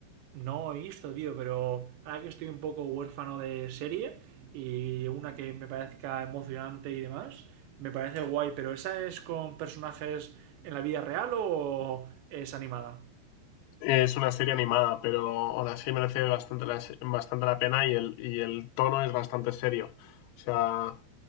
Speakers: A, on the right (about 80°); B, on the left (about 85°).
A: no he visto, tío, pero ahora que estoy un poco huérfano de serie y una que me parezca emocionante y demás, me parece guay, pero ¿esa es con personajes en la vida real o es animada?
B: Es una serie animada, pero aún así merece bastante la, bastante la pena y el, y el tono es bastante serio. O sea,